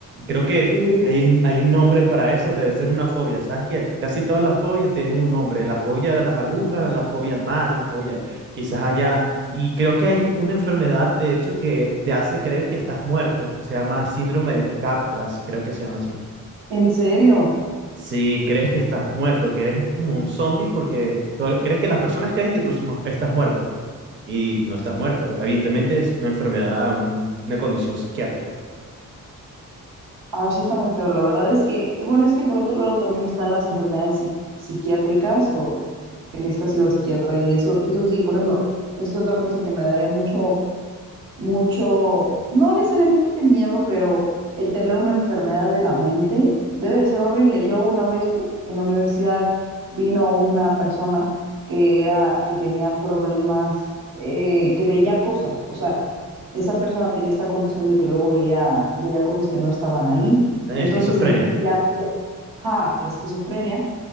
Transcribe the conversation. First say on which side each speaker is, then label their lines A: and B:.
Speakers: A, on the right (about 35°); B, on the right (about 80°).
A: Creo que
B: Sí.
A: hay, un- hay un nombre para eso, debe ser una fobia. ¿Sabes que Casi todas las fobias tienen un nombre. La fobia a las agujas, la fobia al mar, la fobia quizás allá. Y creo que hay una enfermedad, de hecho, que te hace creer que estás muerto. Se llama síndrome de Capgras, creo que se llama así.
B: ¿En serio?
A: Si crees que estás muerto, que eres como un zombie porque todo- crees que las personas creen que tú somos- estás muerto y no estás muerto. Evidentemente es una enfermedad, un- una condición psiquiátrica.
B: Ah, eso está muy feo. La verdad es que, eh, bueno, es que por otro lado también están las enfermedades psi- psiquiátricas o que necesitas ir al psiquiatra y eso, eso sí, por ejemplo, es otra cosa que me daría mucho mucho, no necesariamente miedo, pero el tener una enfermedad de la mente debe de ser horrible. Yo una vez u- en la universidad vino una persona que era, que tenía problemas, eh, que veía cosas. O sea, esa persona tenía esta condición de que luego veía, veía cosas que no estaban ahí.
A: Esquizofrenia.
B: Entonces em- ya, ya, ajá, esquizofrenia